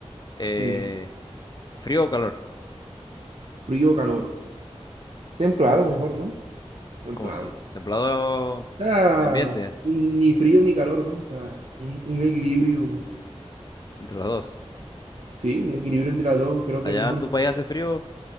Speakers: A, on the left (about 35°); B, on the right (about 70°).
A: Eh,
B: Sí,
A: ¿Frío o calor?
B: frío o calor. Templado mejor, ¿no? Templado.
A: ¿Cómo así? ¿Templado
B: sea,
A: como ambiente?
B: ni frío ni calor, ¿no? O sea, un, un equilibrio,
A: Entre los dos.
B: sí, un equilibrio entre las dos, creo
A: ¿Allá
B: que es mejor.
A: en tu país hace frío